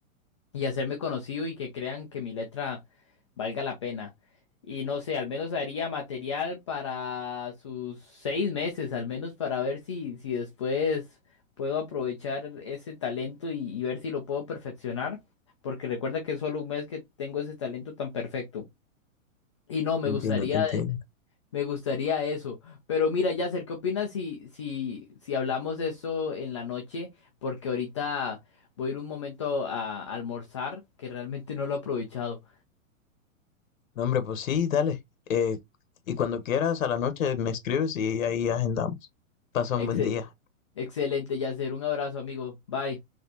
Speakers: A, on the left; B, on the left.
A: y hacerme conocido y que crean que mi letra valga la pena. Y no sé, al menos haría material para sus seis meses, al menos para ver si, si después puedo aprovechar ese talento y, y ver si lo puedo perfeccionar, porque recuerda que es solo un mes que tengo ese talento tan perfecto. Y no, me
B: Te entiendo,
A: gustaría
B: te entiendo.
A: me gustaría eso. Pero mira, Yasser, ¿qué opinas si, si, si hablamos de eso en la noche? Porque ahorita voy a ir un momento a almorzar, que realmente no lo he aprovechado.
B: No, hombre, pues sí, dale. Eh, y cuando quieras, a la noche me escribes y ahí agendamos. Pasa
A: Exe-
B: un buen día.
A: excelente, Yasser. Un abrazo, amigo. Bye.